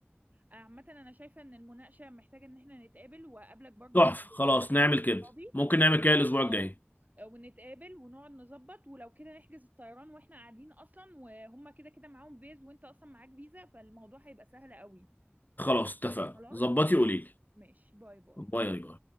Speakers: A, on the right (about 40°); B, on the left (about 45°).
A: عامة أنا شايفة إن المناقشة محتاجة إن إحنا نتقابل وأقابلك برضو
B: تحفة خلاص
A: بنتين
B: نعمل كده
A: صحابي
B: ممكن نعمل كده الأسبوع الجاي
A: أه ونتقابل ونقعد نظبط ولو كده نحجز الطيران وإحنا قاعدين أصلا وهما كده كده معاهم فيز وإنت أصلا معاك فيزا فالموضوع هيبقى سهل قوي
B: خلاص اتفقنا
A: خلاص
B: ظبطي قوليلي
A: ماشي باي باي
B: باي باي